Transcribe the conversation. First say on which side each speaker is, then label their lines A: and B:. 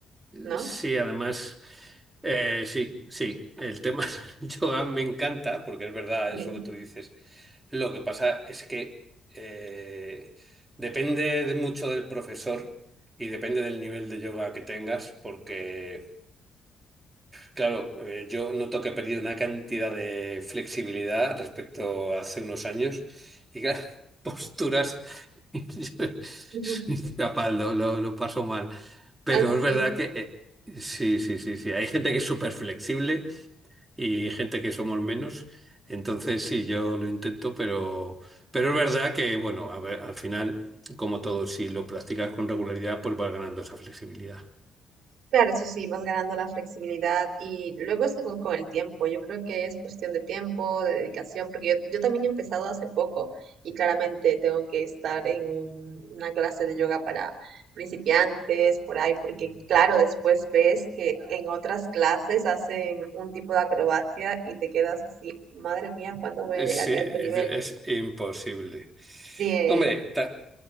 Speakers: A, on the right; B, on the right.
A: Eh,
B: ¿no?
A: Sí, además, eh, sí, sí, el tema <laughs> del yoga me encanta, porque es verdad
B: Sí.
A: eso que tú dices. Lo que pasa es que eh, depende de mucho del profesor y depende del nivel de yoga que tengas, porque Claro, eh, yo noto que he perdido una cantidad de flexibilidad respecto a hace unos años y claro, <laughs> posturas, <laughs> yo
B: <laughs>
A: soy incapaz, lo, lo- lo paso mal. Pero
B: Así.
A: es verdad que eh, sí, sí, sí, sí, hay gente que es súper flexible y gente que somos menos. Entonces sí, yo lo intento, pero, pero es verdad que, bueno, a ver, al final, como todo, si lo practicas con regularidad, pues vas ganando esa flexibilidad.
B: Claro, eso sí, vas ganando la flexibilidad y luego según con el tiempo, yo creo que es cuestión de tiempo, de dedicación, porque yo, yo también he empezado hace poco y claramente tengo que estar en un- una clase de yoga para principiantes, por ahí, porque claro, después ves que en otras clases hacen un tipo de acrobacia y te quedas así, madre mía, ¿cuándo voy
A: Eh,
B: a llegar
A: Sí,
B: yo
A: es
B: a este nivel?
A: es imposible.
B: Sí, eh,
A: Hombre, ta-